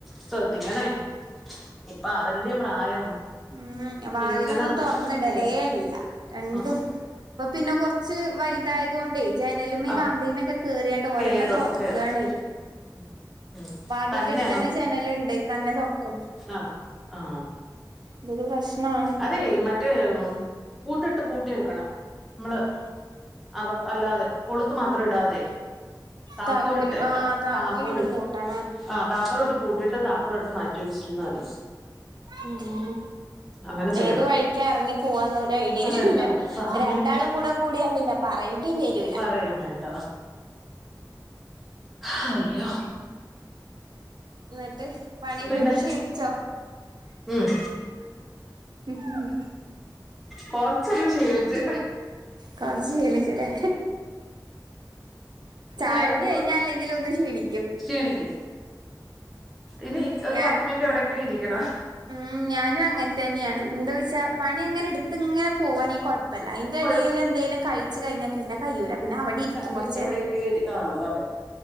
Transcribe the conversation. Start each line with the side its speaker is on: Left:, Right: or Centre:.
Centre: ശ്രദ്ധിക്കണേ ഇപ്പൊ അതല്ലേ പ്രായം
Right: ഉം വാതിലൊന്നും
Centre: ഇങ്ങനെ
Right: തൊറന്നിടലേല്ല
Centre: ഓ ഓ
Right: രണ്ടും.
Centre: ആഹ്
Right: ഇപ്പൊ പിന്നെ കൊറച്ച് വലുതായതോണ്ടേ ജനലുമ്മെ
Centre: ആഹ്
Right: കമ്പിമെക്കെ. കേറിയാണ്ട് ഓരെന്നെ
Centre: കേറും
Right: തൊറക്കാണേ.
Centre: കേറും <inaudible>
Right: വാതില്ന്റെടുത്തന്നെ
Centre: തന്നെ
Right: ജനല്ണ്ട് തന്നെ തുറക്കും.
Centre: ഹാ ആ
Right: ഇതൊരു പ്രശ്നാണ്.
Centre: അതെ മറ്റേ പൂട്ടിട്ട് പൂട്ടി വെക്കണം. മ്മ്ള് അവ അല്ലാതെ കൊളുത്ത് മാത്രം ഇടാതെ താക്കോലിട്ടേക്ക
Right: താക്കോല് ആ താക്കോലിട്ട്
Centre: താക്കോല്.
Right: പൂട്ടണം
Centre: ആ താക്കോലിട്ട് പൂട്ടിട്ട് താക്കോലെടുത്ത് മാറ്റി വെച്ചിരുന്ന മതി
Right: ഉം മ്മ്
Centre: അങ്ങനെ ചെയ്യണം
Right: ഏത് വഴിക്കാഎറങ്ങി പോവാന്നൊരായിടെ
Centre: പറയാം
Right: ഇല്ല
Centre: പറയാം പിന്നെ
Right: രണ്ടാളും കൂടെ കൂടിയ പിന്നെ പറയേണ്ടി വരൂ
Centre: പറയേം വേണ്ട ഹയ്യോ
Right: ഇന്നിട്ട് പണിയൊക്കെ
Centre: പിന്നെ
Right: ഇട്ത്ത് ക്ഷീണിച്ചോ
Centre: ഉം
Right: ഉം ഹും
Centre: കൊറച്ചൊന്ന് ഷീണിച്ച്
Right: കൊറച്ച് ക്ഷീണിച്ചലേ? ചായ
Centre: ഇനി അടുത്ത്
Right: കുടി കഴിഞ്ഞാ അല്ലെങ്കിലും ഒന്ന് ക്ഷീണിക്കും
Centre: ക്ഷീണിക്കും ഇനി ഒരു
Right: ഞാൻ
Centre: പത്ത് മിനിറ്റ് എവടെങ്കിലും ഇരിക്കണം
Right: ഉം ഞാനും അങ്ങൻ തന്ന്യാണ് എന്തോയ്ച്ചാ പണി അങ്ങനെ ഇട്ത്ത് ങ്ങനെ പോവാണേ കൊഴ പ്പല്ല ഐന്റെ
Centre: കൊഴപ്പ
Right: എടേലെ ന്തേലും കഴിച്ചു കഴിഞ്ഞാ പിന്നെ കയ്യൂല പിന്നെ അവ ടിരിക്കും
Centre: പിന്നെ
Right: കൊറച്ചേരം
Centre: എവിടെയെങ്കിലും ഒരു ആ അതെ